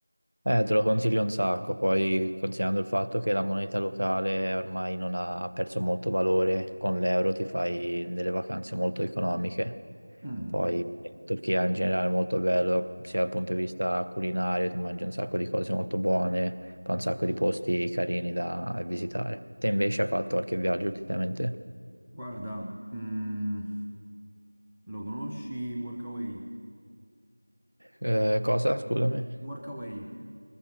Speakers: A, on the right; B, in the centre.
A: Eh, te lo consiglio un sacco, poi considerando il fatto che la moneta locale ormai non ha perso molto valore, con l'euro ti fai delle vacanze molto economiche.
B: Mm.
A: Poi Turchia in generale è molto bello, sia dal punto di vista culinario, ti mangi un sacco di cose molto buone, poi un sacco di posti carini da visitare. Te invece hai fatto qualche viaggio ultimamente?
B: Guarda, mm, lo conosci Workaway?
A: Eh, cosa? Scusami.
B: Workaway.